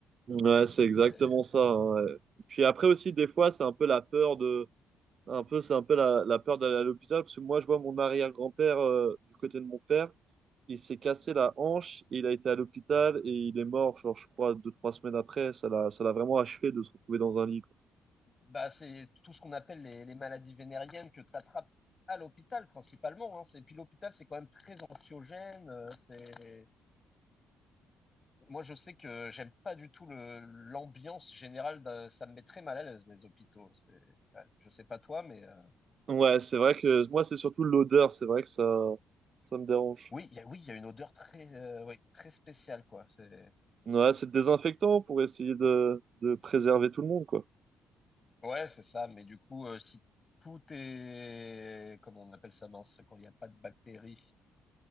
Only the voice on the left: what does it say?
C'est,
bah, c'est tout ce qu'on appelle les, les maladies vénériennes que tu attrapes à l'hôpital principalement. Hein. C'est- Et puis l'hôpital, c'est quand même très anxiogène. euh, C'est Moi, je sais que j'aime pas du tout le, l'ambiance générale. de- ça me met très mal à l'aise, les hôpitaux. C'est, ouais, je sais pas toi, mais euh,
oui, il y a, oui, il y a une odeur très, euh, oui, très spéciale, quoi. C'est,
ouais, c'est ça. Mais du coup, euh, si tout est, comment on appelle ça, mince, quand il n'y a pas de bactéries,